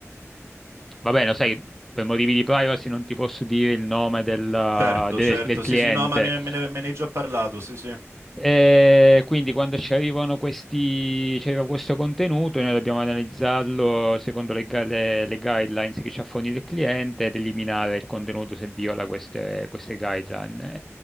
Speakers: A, in the centre; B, on the right.
A: Va bene, lo sai, per motivi di privacy non ti posso dire il nome della-
B: Certo,
A: del,
B: certo,
A: del cliente,
B: sì, sì, no, ma me me ne, me ne hai già parlato, sì, sì.
A: E quindi quando ci arrivano questi, ci arriva questo contenuto, noi dobbiamo analizzarlo secondo le, gu- le- le guidelines che ci ha fornito il cliente ed eliminare il contenuto se viola queste, queste guideline.